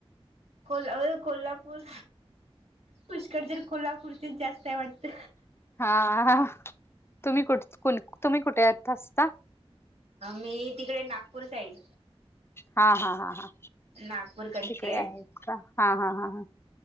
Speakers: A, on the right; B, on the left.
A: कोल होय कोल्हापूर. पुष्कळ जर कोल्हापूरची जास्त आहे वाटत.
B: हा तुम्ही कुठ तुम्ही कुठे येत असता.
A: मी तिकडे नागपूर साईड.
B: हा हा हा हा,
A: नागपूरकडची
B: तिकडे
A: आहे
B: आहेत का हा हा हा,